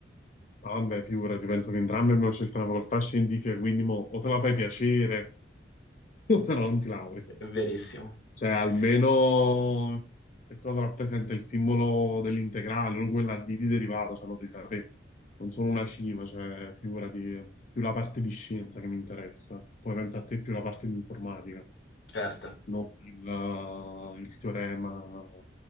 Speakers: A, on the left; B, on the left.
A: Ah, Vabbè, figurati, penso che entrambi abbiamo scelto una facoltà scientifica, quindi mo, o te la fai piacere, <laughs> o se no non ti lauri.
B: Verissimo,
A: Cioè,
B: verissimo.
A: almeno che cosa rappresenta il simbolo dell'integrale, o quella di di derivata, cioè lo devi sapere. Non sono una cima, cioè, figurati, più la parte di scienza che mi interessa. Come pensa a te, più la parte di informatica.
B: Certo,
A: non il, eh, il teorema